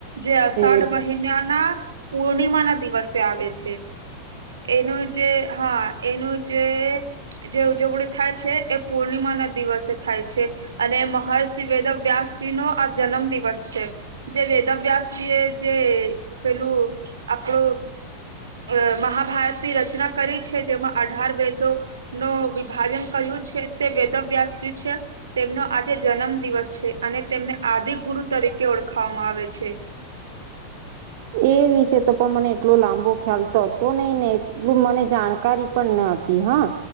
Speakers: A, on the right (about 70°); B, on the right (about 50°).
A: જે અષાઢ
B: એ
A: મહિનાના પૂર્ણિમા ના દિવસે આવે છે એનું જે હા એનું જે જે ઉજવણી થાય છે એ પૂર્ણિમા ના દિવસે થાય છે. અને મહર્ષિ વેદ વ્યાસ તેનો આ જન્મ દિવસ છે જે વેદવ્યાસજી એ જે પેલું આપડું અહ મહાભારતની રચના કરી છે જેમાં અઢાર વેદો નું વિભાજન કર્યું છે તે વેદ વ્યાસજી છે તેમનો આજે જન્મ દિવસ છે અને તેમને આદિ ગુરુ તરીકે ઓળખાવામાં આવે છે <inaudible>
B: એ વિશે તો પણ મને એટલો લાંબો ખ્યાલ તો હતો ને ને એટલું મને જાણકારી પણ ન હતી હા